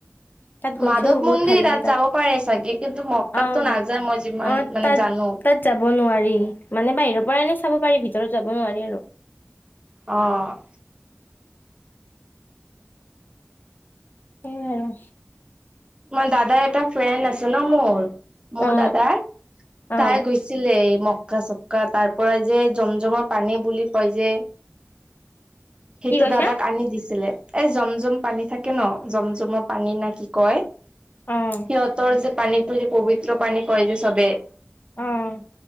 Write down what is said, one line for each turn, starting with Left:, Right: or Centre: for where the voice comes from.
Left: তাত গৈছো
Right: মাধৱ
Left: বহুত
Right: মন্দিৰ
Left: ভাল লাগে
Right: তাত যাব পাৰে চাগে, কিন্তু মক্কাতটো
Left: অ যা
Right: নাযায় মই যিমান
Left: অ
Right: মানে
Left: তাত
Right: জানো।
Left: তাত যাব নোৱাৰি, মানে বাহিৰৰ পৰাই এনেই চাব পাৰি, ভিতৰত যাব নোৱাৰি আৰু।
Right: অ'।
Left: সেই আৰু।
Right: মই দাদাৰ এটা ফ্ৰেণ্ড আছে ন মোৰ, মোৰ
Left: অ
Right: দাদাৰ,
Left: অ
Right: তাই গৈছে ছিলে, এই মক্কা চক্কা, তাৰ পৰা যে জম জমৰ পানী বুলি কয় যে সেইটো
Left: কি কৈছা
Right: দাদাক আনি দিছিলে। এই জম-জম পানী থাকে ন, জম জমৰ পানী না কি কয়
Left: অ'।
Right: সিহঁতৰ যে পানীটো যে পবিত্ৰ পানী কয় যে চবেই
Left: অ'।